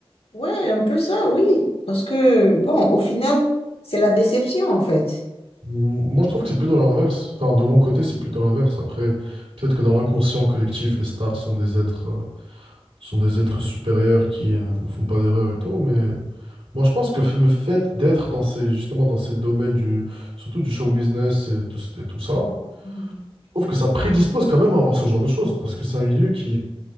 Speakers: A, on the left; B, on the right.
A: ouais, un peu ça, oui. Parce que, bon, au final, c'est la déception, en fait.
B: M- Moi, je trouve que c'est plutôt l'inverse. Enfin, de mon côté, c'est plutôt l'inverse. Après, peut-être que dans l'inconscient collectif, les stars sont des êtres, euh, sont des êtres supérieurs qui, euh, ne font pas d'erreurs et tout, mais moi, je pense que f- le fait d'être dans ces, justement, dans ces domaines du, surtout du show business et tout, et tout ça,
A: Mhm.
B: je trouve que ça prédispose quand même à avoir ce genre de choses, parce que c'est un milieu qui,